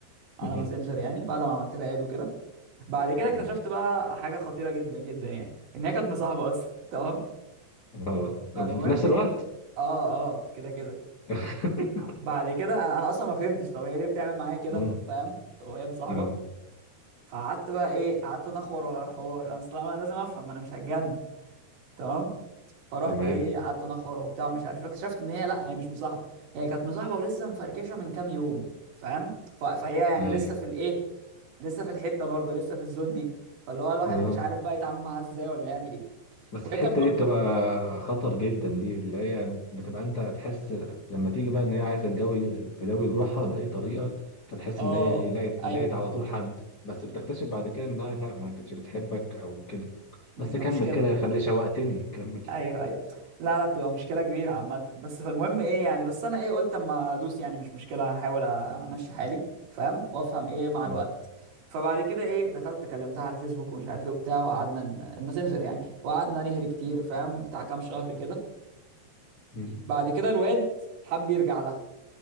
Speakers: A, on the right; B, on the left.
A: على
B: <laughs>
A: ماسنجر يعني بعد ما عملت لها اد وكده بعد كده
B: تمام
A: اكتشفت بقى حاجه خطيره جدا جدا يعني ان هي كانت مصاحبه اصلا <laughs> تمام
B: اه
A: فالمهم
B: في نفس
A: ايه
B: الوقت
A: اه اه كده كده
B: <laughs>
A: بعد كده انا انا اصلا ما فهمتش طب هي ليه بتعمل معايا كده
B: اه
A: فاهم طب هي مصاحبه
B: اه
A: فقعدت بقى ايه قعدت نخور ولا الحوار انا اصلا أنا لازم افهم ما انا مش هتجنن تمام فرحت
B: تمام
A: ايه قعدت انخر وبتاع ومش عارف إيه. اكتشفت ان هي لا هي مش مصاحبه هي كانت مصاحبه ولسه مفركشه من كام يوم فاهم ف- فهي يعني
B: ايوه
A: لسه في الايه لسه في الحته برضه لسه في الزون دي فاللي هو الواحد
B: اه
A: مش عارف بقى يتعامل معاها ازاي ولا يعمل ايه
B: بس
A: وهي
B: الحتة
A: كانت برضه
B: دي بتبقى خطر جدا دي اللي هي بتبقى انت تحس لما تيجي بقى ان هي عايزة تجوي تداوي جروحها بأي طريقة فتحس
A: اه
B: ان هي ايه لقت
A: ايوه
B: لقت على طول حد بس بتكتشف بعد كده انها لا ما كانتش بتحبك او كده بس
A: ده
B: كمل
A: مشكله
B: كده خلي شوقتني كمل
A: ايوه ايوه لا لا بتبقى مشكله كبيره عامه بس فالمهم ايه يعني بس انا ايه قلت اما ادوس يعني مش مشكله هحاول امشي حالي فاهم وافهم ايه مع
B: مم.
A: الوقت فبعد كده ايه دخلت كلمتها على الفيسبوك ومش عارف ايه وبتاع وقعدنا ن- الماسنجر يعني وقعدنا نهري كتير فاهم بتاع كام شهر كده
B: مم.
A: بعد كده الواد حب يرجع لها